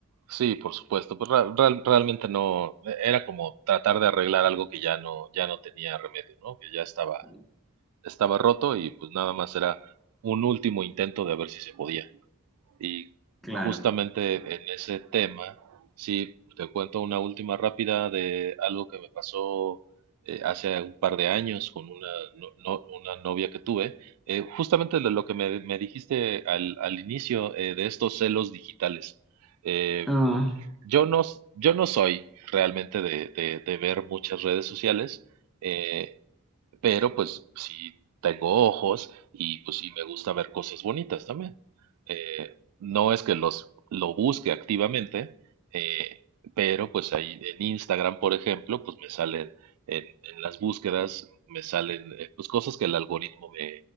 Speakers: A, on the right; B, in the centre.
A: Sí, por supuesto, pues ra- real- realmente no, era como tratar de arreglar algo que ya no, ya no tenía remedio, ¿no? Que ya estaba,
B: ¿no?
A: estaba roto y pues nada más era un último intento de ver si se podía. Y
B: Claro.
A: justamente en ese tema, sí, te cuento una última rápida de algo que me pasó eh, hace un par de años con una, no- no- una novia que tuve. Eh, justamente de lo que me, me dijiste al, al inicio eh, de estos celos digitales. Eh,
B: Ah,
A: yo no, s- yo no soy realmente de, de- de ver muchas redes sociales. eh, pero pues sí tengo ojos y pues sí me gusta ver cosas bonitas también. Eh, no es que los lo busque activamente, eh, pero pues ahí en Instagram, por ejemplo, pues me salen en, en las búsquedas, me salen eh, pues cosas que el algoritmo me,